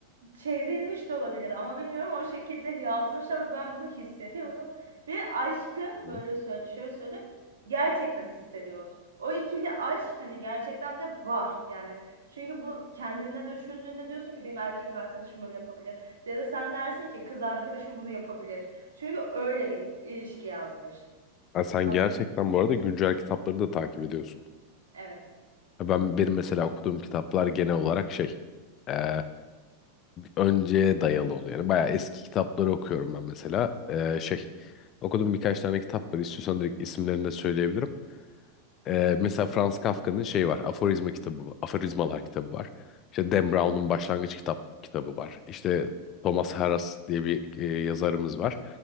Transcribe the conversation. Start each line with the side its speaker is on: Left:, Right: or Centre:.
Right: çevrilmiş de olabilir ama bilmiyorum o şekilde yazmış ama ben bunu hissediyorum ve aşkı
Left: Hı
Right: böyle
Left: hı.
Right: söyle şöyle söyleyeyim gerçekten hissediyoruz. O ikili aşk hani gerçekten de var yani çünkü bu kendine düşündüğünde diyorsun ki benim erkek arkadaşım böyle yapabilir ya da sen dersin ki kız arkadaşım bunu yapabilir çünkü öyle bir ilişki yazmış.
Left: Ha, sen
Right: An-
Left: gerçekten bu arada güncel kitapları da takip ediyorsun.
Right: evet.
Left: Ha, Ben benim mesela okuduğum kitaplar genel olarak şey e, önceye dayalı oluyor. Yani bayağı eski kitapları okuyorum ben mesela. E, şey okudum birkaç tane kitap var. İstiyorsan direkt isimlerini de söyleyebilirim. Ee, mesela Franz Kafka'nın şey var. Aforizma kitabı, Aforizmalar kitabı var. İşte Dan Brown'un Başlangıç kitap kitabı var. İşte Thomas Harras diye bir e, yazarımız var.